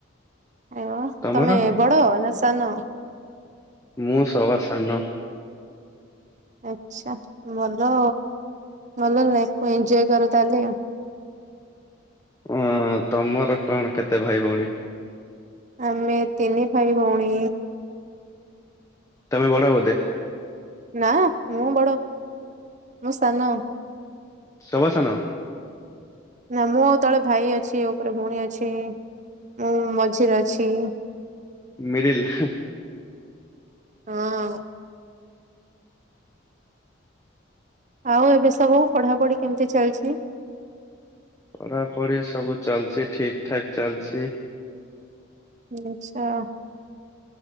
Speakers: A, on the right; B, on the left.
A: ଏ
B: ତମର
A: ତମେ ବଡ଼ ନା ସାନ?
B: ମୁଁ ସବାସାନ।
A: ଆଛା ଭଲ ଭଲ ଲାଇଫକୁ ଏଞଜୟ କର ତାହେଲେ ଆଉ
B: ଓ ତମର କଣ କେତେ ଭାଇ ଭଉଣୀ?
A: ଆମେ ତିନି ଭାଇ ଭଉଣୀ।
B: ତମେ ବଡ଼ ବଧେ?
A: ନା ମୁଁ ବଡ ମୁ ସାନ।
B: ସଭାସାନ।
A: ନା ମୁଁ ଆଉ ତଳେ ଭାଇ ଅଛି ଉପରେ ଭଉଣୀ ଅଛି। ମୁଁ ମଝିରେ ଅଛି।
B: ମିଡିଲ।
A: ହଁ। ଆଉ ଏବେ ସବୁ ପଢାପଢି କେମିତି ଚାଲିଛି?
B: ପଢା ପଢି ସବୁ ଚାଲଛି ଠିକ ଠାକ ଚାଲିଛି।
A: ଆଚଛା